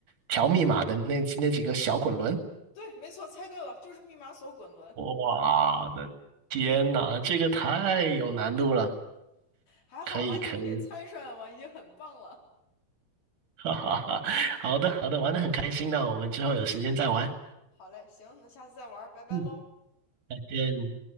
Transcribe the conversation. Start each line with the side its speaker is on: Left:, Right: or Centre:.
Right: 调密码的那那几个小滚轮。
Left: 对，没错，猜对了，就是密码锁滚轮。
Right: 哇的天呐，这个太有难度了！
Left: 还好啦，
Right: 可以可以，
Left: 你这不也猜出来了吗？已经很棒了。
Right: <laughs> 哈哈哈，好的好的，玩的很开心的，我们之后有时间再玩。
Left: 好嘞，行，那下次再玩儿，拜拜喽。
Right: 嗯，再见。